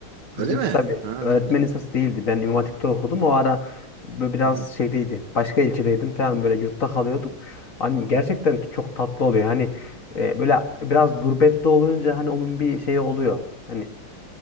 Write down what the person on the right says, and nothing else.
Öyle mi?
Ha,
ne güzel.
Hı hı,
hı hı,